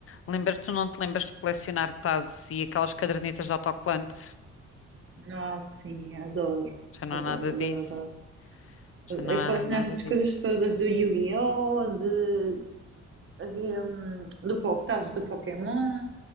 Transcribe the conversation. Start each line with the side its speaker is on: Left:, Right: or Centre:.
Left: Lembras, tu não te lembras de colecionar tazos e aquelas cadernetas de autocolante?
Right: Ah, sim, adoro,
Left: Já não
Right: adoro,
Left: há nada disso.
Right: adoro, adoro.
Left: Já não
Right: Eu
Left: há
Right: colecionava
Left: nada
Right: essas
Left: disso.
Right: coisas todas do Yu-Gi-Oh! de- Havia hum, do, Po- tazos do Pokémon,